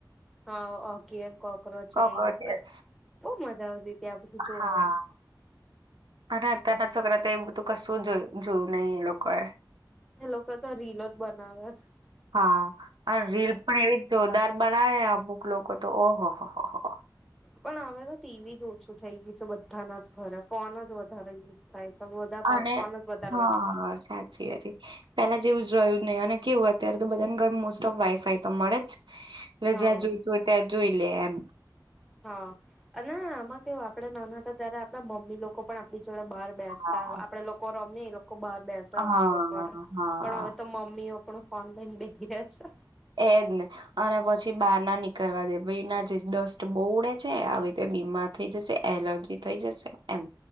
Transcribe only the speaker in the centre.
હા ઓગી એન કોક ક્રોચેઈસ
પછ મજા આવતી. હતી આ બધું જોવાની
એ લોકો તો રીલો જ બનાવે છે
પણ હવે તો ટી વી જ ઓછું થઈ ગયું છે બધાના જ ઘરે ફોન જ વધારે યુઝ થાય. છે બધા
ફોન જ વધારે
વાપરે
હા
હા અને આમાં કેવ આપડે નાના હતા ત્યારે આપણા મમ્મી લોકો પણ આપણી જોડે બહાર બેસતા
આપડે લોકો ર ને લોક કો બાર બેહતા
વાતો કરે
પણ હવે તો મમ્મીઓ પણ ઓનલાઈન બિઝી રે છે.